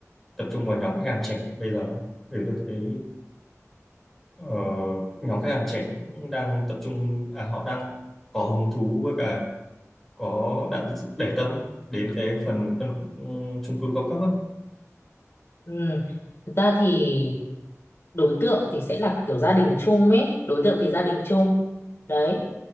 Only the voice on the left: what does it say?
ừ. Thực ra thì đối tượng thì sẽ là kiểu gia đình chung ấy đối tượng thì gia đình chung đấy